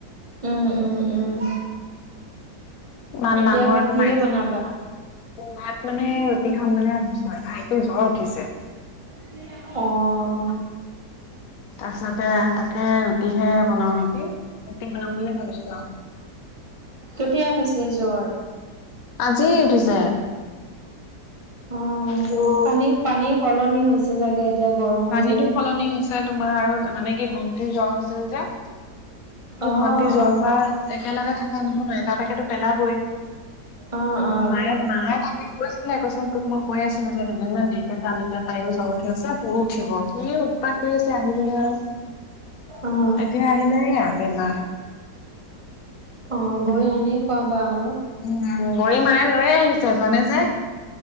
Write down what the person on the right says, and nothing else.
উম উম উম
এতিয়া
ভাত
কিহে বনাবা
ৰুটি এখন অহ
কেতিয়া হৈছে
জ্বৰ
অ
পানী পানী সলনি হৈছে চাগে এতিয়া গৰম
যে
অ
অ
অ অ
অ
অ বৈ আনি খোৱা বা আক